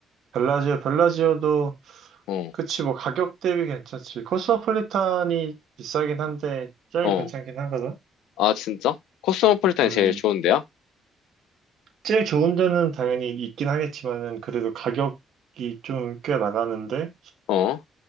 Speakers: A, on the right; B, on the left.
A: 벨라지오, 벨라지오도,
B: 어,
A: 그치, 뭐, 가격 대비 괜찮지. 코스모폴리탄이 비싸긴 한데, 제일
B: 어.
A: 괜찮긴 하거든?
B: 아, 진짜? 코스모폴리탄이
A: 음.
B: 제일 좋은데요?
A: 제일 좋은 데는 당연히 있긴 하겠지만은 그래도 가격이 좀 꽤 나가는데
B: 어,